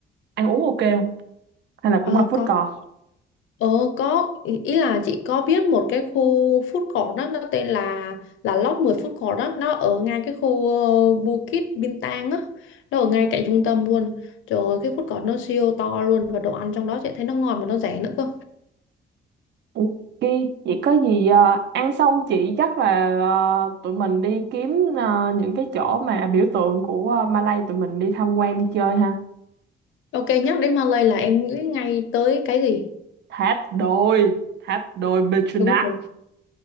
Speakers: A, on the right; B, on the left.
A: ăn uống ok không? Hay là
B: Ờ,
A: cũng qua food
B: có
A: court?
B: Ờ có ý ý là chị có biết một cái khu food court đó nó tên là là Lop 10 food court đó nó ở ngay cái khu ờ, Bukit Bintang á nó ở ngay cạnh trung tâm luôn trời ơi, cái food court nó siêu to luôn và đồ ăn trong đó chị thấy nó ngon mà nó rẻ nữa cơ
A: Ok, vậy có gì à, ăn xong chị chắc là à, tụi mình đi kiếm à, những cái chỗ mà biểu tượng của à, Malay tụi mình đi tham quan đi chơi ha.
B: ok nhắc đến Malay là em nghĩ ngay tới cái gì
A: Tháp đôi, tháp đôi Petronas.
B: đúng rồi